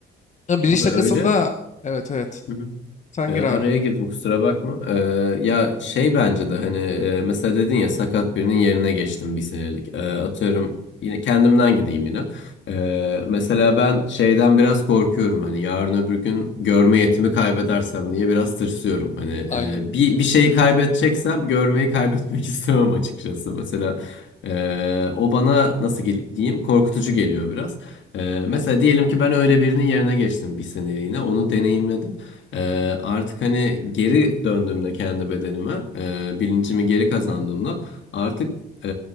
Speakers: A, on the left (about 35°); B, on the left (about 70°).
A: Ha, bilinç
B: Abi
A: takasında
B: öyle.
A: evet evet.
B: Hı hı.
A: Sen
B: E,
A: gir
B: araya
A: abi.
B: girdim kusura bakma. E, ya şey bence de hani e, mesela dedin ya sakat birinin yerine geçtim bir senelik. E, atıyorum yine kendimden gideyim yine. E, mesela ben şeyden biraz korkuyorum hani yarın öbür gün görme yetimi kaybedersem diye biraz tırsıyorum. Hani
A: Aynen.
B: e, bir, bir şeyi kaybedeceksem görmeyi kaybetmek <laughs> istemem açıkçası. Mesela e, o bana nasıl gel- diyeyim korkutucu geliyor biraz. E, mesela diyelim ki ben öyle birinin yerine geçtim bir seneliğine onu deneyimledim. Ee, artık hani geri döndüğümde kendi bedenime, e, bilincimi geri kazandığımda artık e,